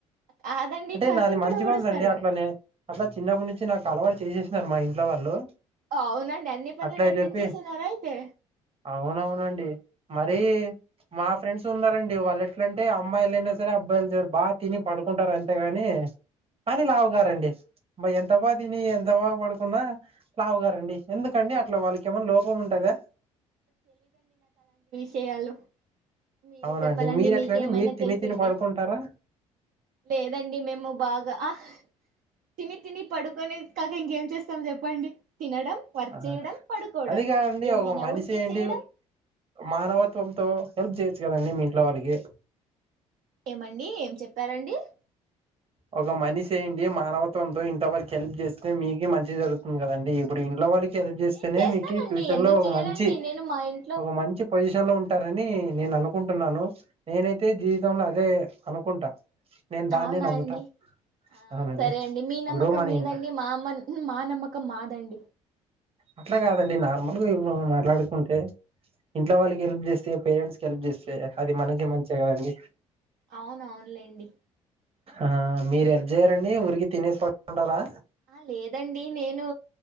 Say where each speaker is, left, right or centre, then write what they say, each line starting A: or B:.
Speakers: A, on the right; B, on the right.
A: కాదండి
B: అంటే
A: కసువు
B: నాది మంచి
A: కూడా ఊడుస్తారు
B: మనసు అండి అట్ల నే అట్లా చిన్నప్పటి నుంచి నాకు అలవరిచ తీసేసినన్నారు మా ఇంట్లో వాళ్ళు
A: అవునండి అన్ని పనులు
B: అట్లా
A: నేర్పించేసన్నారా
B: చెప్పి
A: అయితే
B: అవునవునండి మరి మా ఫ్రెడ్స్ ఉన్నారండి వాళ్ ఎట్ల అంటే అమ్మాయిలు ఐనా సరే అబ్బాయిలు ఐనా సరే బా తిని పడుకుంటారు అంతేగాని కానీ లావుగారండి బ ఎంత బాగా తిని ఎంత బాగా పడుకున్నా లావుగారండి ఎందుకండి అట్లా వాళ్ళకి ఏమనా లోపం ఉంటదా
A: చేయాలో మీరే
B: అవునండి
A: చెప్పాలండి
B: మీరు
A: మీకేమైనా
B: ఎట్లా అండి మీరు తిని
A: తెలిసు
B: తిని
A: ఉంటే
B: పడుకుంటారా
A: లేదండి మేము బాగా ఆహ్హ్ తిని తిని పడుకొనేది కాక ఇంకేం చేస్త స్తాం చెప్పండి తినడం వర్క్
B: ఆహా,
A: చేయడం పడుకోవడం
B: అది కాదండి
A: ఏమైనా
B: ఒక మనిషి
A: ఉంటే
B: ఏంటి
A: చేయడం
B: మానవత్వంతో హెల్ప్ చేయొచ్చు కదండి మీ ఇంట్లో వాళ్ళకి
A: ఏమండి ఏం చెప్పారండి
B: ఒక మనిషి అయ్యుండి మానవత్వంతో ఇంట్లో వాళ్ళకి హెల్ప్ చేస్తే మీకె మంచి జరుగుతుంది కదండి ఇప్పుడు ఇంట్లో వాళ్ళకి హెల్ప్ చేస్తేనే
A: నేను చేస్తానండి
B: మీకు ఫ్యూచర్
A: ఎందుకు
B: లో ఒక
A: చెయనండి
B: మంచి
A: నేను మా ఇంట్లో
B: ఒక మంచి పొజిషన్ లో ఉంటారని నేననుకుంటున్నాను నేనైతే జీవితంలో అదే అనుకుంటా నేన్ దాన్నే
A: అవునా
B: నమ్ముతా
A: అండి ఆ
B: అవునండి
A: సరే అండి మీ
B: ఇప్పుడు
A: నమ్మకం
B: మన
A: మీదండి
B: ఇన్
A: మా మ మా నమ్మకం మాదండి
B: అట్ల కాదండి నార్మల్గా ఇప్పు మాట్లాడుకుంటే ఇంట్లో వాళ్ళకి హెల్ప్ చేస్తే పేరెంట్స్ కి హెల్ప్ చేస్తే అది మనకే మంచిగ కదండి
A: అవునవునులేండి
B: ఆ మీరు హెల్ప్ చెయ్యారండి ఊరికె తినేసి పడుకుంటారా
A: ఆ లేదండి నేను